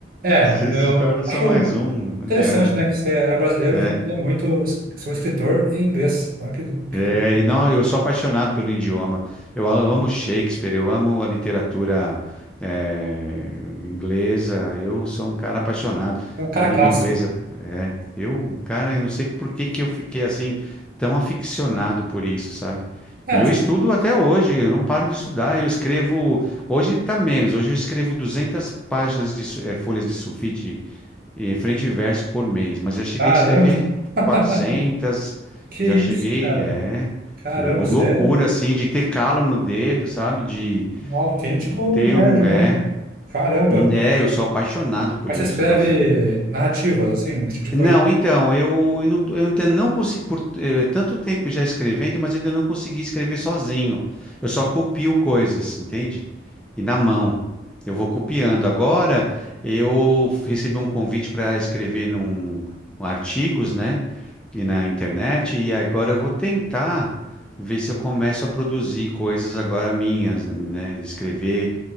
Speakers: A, on the right; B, in the centre.
A: É,
B: Você se
A: eu
B: torna só
A: acho
B: mais um, não
A: interessante,
B: adianta.
A: né, que você era um brasileiro
B: É.
A: que queria muito es- ser um escritor em inglês. Olha que, que
B: É,
A: co-
B: e não, eu sou apaixonado pelo idioma. Eu a- amo Shakespeare, eu amo a literatura eh, inglesa. Eu sou um cara apaixonado.
A: é um cara
B: A língua
A: clássico.
B: inglesa, é. Eu, cara, eu não sei por que que eu fiquei assim tão aficionado por isso, sabe?
A: É,
B: E
A: as
B: eu estudo
A: pessoas-
B: até hoje. Eu não paro de estudar. Eu escrevo. Hoje tá menos. Hoje eu escrevo 200 páginas de su- eh, folhas de sulfite e frente e verso por mês. Mas já cheguei
A: caramba!
B: a escrever
A: <laughs>
B: 400,
A: Que
B: já
A: isso,
B: cheguei,
A: cara?
B: é.
A: Caramba,
B: uma
A: você
B: Loucura,
A: é
B: assim, de ter calo no dedo, sabe? De,
A: um autêntico
B: de ter
A: nerd
B: um.
A: mesmo.
B: É,
A: Caramba!
B: um- é, eu sou apaixonado por
A: Mas
B: isso,
A: você escreve
B: nossa.
A: narrativas, assim, esse tipo de
B: Não,
A: coisa?
B: então, eu, não- eu ainda não consigo, por eh, tanto tempo já escrevendo, mas ainda não consegui escrever sozinho. Eu só copio coisas, entende? E na mão. Eu vou copiando. Agora, eu recebi um convite para escrever num, um artigos, né? e na internet, e agora eu vou tentar ver se eu começo a produzir coisas agora minhas, né? Escrever,